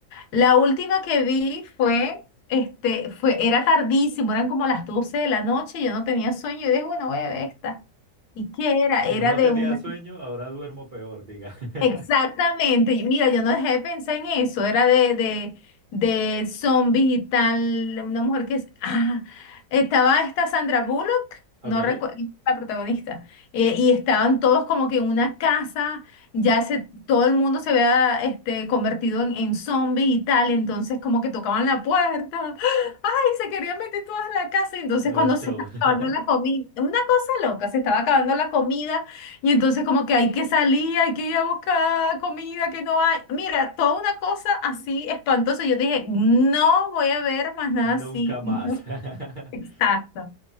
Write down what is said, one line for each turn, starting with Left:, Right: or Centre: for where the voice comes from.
Left: La última que vi fue, este, fue, era tardísimo, eran como las 12 de la noche, yo no tenía sueño, y dije, bueno, voy a ver esta. ¿Y qué era? Era
Right: Si no
Left: de
Right: tenía
Left: una
Right: sueño, ahora duermo peor, diga. <laughs>
Left: Exactamente. y Mira, yo no dejé de pensar en eso. Era de, de, de zombies y tal. Una mujer que... es- Ah, estaba esta Sandra Bullock,
Right: Ok,
Left: no recuerdo, la protagonista. eh, y estaban todos como que en una casa. Ya se, todo el mundo se había este, convertido en, en zombie y tal. Entonces como que tocaban la puerta. <gasps> Ay, se querían meter todas en la casa. Y entonces
Right: Todo
Left: cuando
Right: el show.
Left: se estaba
Right: <laughs>
Left: acabando la comida... Una cosa loca, se estaba acabando la comida. Y entonces como que hay que salir, hay que ir a buscar comida que no hay. Mira, toda una cosa así espantosa. Yo dije, no voy a ver más nada
Right: Nunca
Left: así.
Right: más.
Left: No,
Right: <laughs>
Left: exacto.